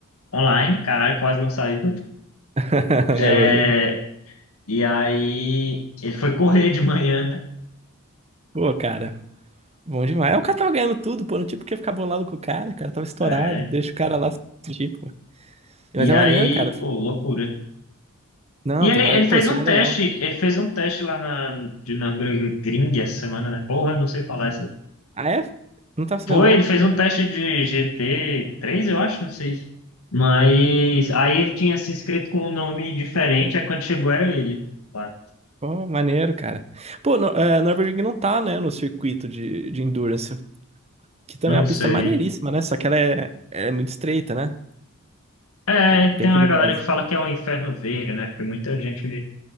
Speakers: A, on the left; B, on the right.
A: online, caralho, quase não saiu.
B: <laughs> No
A: É,
B: Evergreen.
A: e aí ele foi correr de manhã, né?
B: Pô, cara, bom demais. É, O cara tava ganhando tudo, pô, não tinha porque ficar bolado com o cara, o cara tava estourado,
A: É,
B: deixa o cara lá se sentir, pô. Mas
A: e
B: é
A: aí,
B: maneiro, cara.
A: pô, loucura.
B: Não,
A: E ele,
B: tomara,
A: ele
B: pô,
A: fez
B: seria
A: um teste,
B: legal.
A: ele fez um teste lá na, de Nürburgring essa semana, né? Porra, não sei falar
B: Ah, é? Não tava sabendo,
A: Foi,
B: não.
A: ele fez um teste de gt três eu acho, não sei. Mas aí ele tinha se inscrito com um nome diferente, aí quando chegou era ele. Claro.
B: Pô, maneiro, cara. Pô, no, é, no Evergreen não tá, né, no circuito de, de endurance. Que também
A: Não
B: é uma
A: sei.
B: pista maneiríssima, né? Só que ela é, é muito estreita, né?
A: É,
B: É bem
A: tem uma
B: perigosa.
A: galera que fala que é o Inferno Verde, né? Porque muita gente